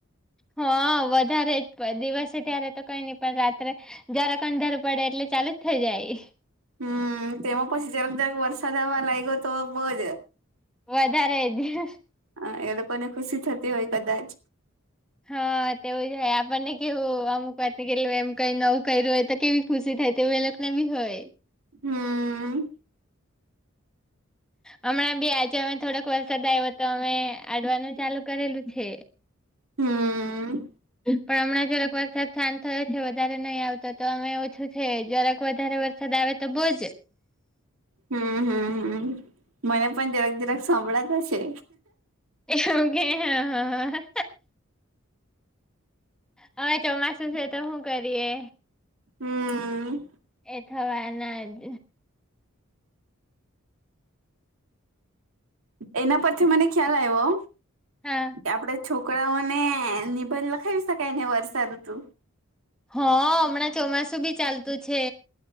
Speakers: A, in the centre; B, on the right.
A: હા વધારે જ દિવસે ત્યારે તો કઈ નહી પણ રાત્રે જરાક અંધારું પડે એટલે ચાલુ જ થઇ જાય.
B: હમ તેમાં પછી જરાક જરાક વરસાદ આવવા લાગ્યો તો બઉજ
A: વધારે જ
B: હ એ લોકોને ખુશી થતી હોય કદાચ
A: હા તેવું જ હોય આપણને કેવું અમુક વાત કેલું એમ કઈ નવું કર્યું હોય તો કેવી ખુસી થાય તેવુ એલોકો ને બીહોય
B: હમ્મ.
A: હમણાં બી આજે અમે થોડોક વરસાદ આવ્યો તો અમે અડવાનું ચાલુ કરેલું છે.
B: હમ્મ.
A: પણ હમણાં જરાક વરસાદ શાંત થયો છે વધારે નહીં આવતો તો અમે ઓછું છે જરાક વધારે વર સદ આવે તો બોજ
B: હમ્મ હમ્મ હમ્મ મને પણ જરાક જરાક સંભળાતા છે.
A: એવું કે હા. હવે ચોમાસું છે તો શું કરીએ?
B: હમ્મ.
A: એ થવાના જ.
B: એના પરથી મને ખ્યાલ આવ્યો.
A: હા.
B: આપડે છોકરાઓને નિબંધ લખાવી શકાય ને વર્ષાઋતુ?
A: હ હમણાં ચોમાસું બી ચાલતું છે.